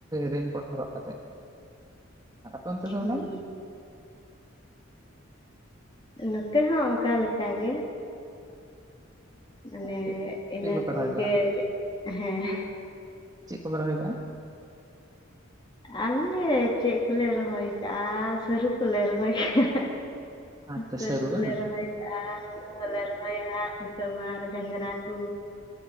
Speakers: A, on the right; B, on the left.
A: ᱨᱮᱱ ᱠᱳᱴ ᱦᱚᱨᱚᱜ ᱠᱟᱛᱮᱫ ᱟᱨ ᱟᱯᱮ ᱚᱱᱛᱮ ᱫᱚ
B: ᱦᱩᱸ
A: ᱟᱫᱚ
B: ᱱᱚᱛᱮ ᱦᱚᱸ ᱚᱝᱠᱟ ᱞᱮᱠᱟ ᱜᱮ᱾ ᱢᱟᱱᱮ
A: ᱪᱮᱫ
B: ᱤᱱᱟᱹ
A: ᱪᱮᱫ ᱠᱚᱯᱮ
B: ᱠᱩᱜᱮ
A: ᱨᱚᱦᱚᱭ ᱠᱟᱜᱼᱟ
B: ᱦᱮᱸ᱾
A: ᱪᱮᱫ ᱠᱚᱯᱮ ᱨᱚᱦᱚᱭ ᱟᱠᱟᱜ-ᱟ?
B: ᱟᱞᱮ ᱪᱮᱫ ᱠᱚᱞᱮ ᱨᱚᱦᱚᱭ ᱠᱟᱜ-ᱟ ᱥᱟᱹᱨᱩ ᱠᱚᱞᱮ ᱨᱚᱦᱚᱭ ᱠᱟᱜ-ᱟ᱾
A: ᱟᱪᱪᱷᱟ
B: ᱥᱟᱹᱨᱩ ᱠᱚᱞᱮ
A: ᱵᱟᱝ
B: ᱨᱚᱦᱚᱭᱼ ᱟᱨ ᱦᱩᱲᱩ ᱦᱚᱞᱮ ᱨᱚᱦᱚᱭᱟ ᱱᱤᱛᱳ ᱢᱟ ᱟᱨ ᱜᱷᱟᱸᱝᱜᱽᱨᱟ ᱠᱩ᱾